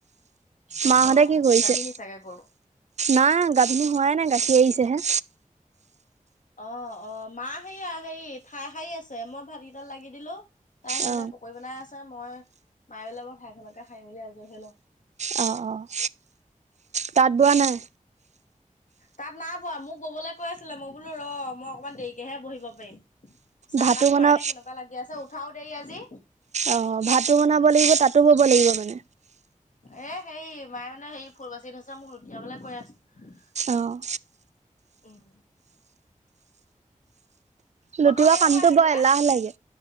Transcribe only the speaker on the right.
মাহঁতে
কি কৰিছে?
নাই গাভিনী হোৱাই নাই গাখীৰ এৰিছেহে।
অ
অ অ', তাত বোৱা নাই?
ভাতো
বনা
অ', ভাতো বনাব লাগিব, তাতো বব লাগিব মানে।
অ
লুটিওৱা
কামটো
বৰ এলাহ লাগে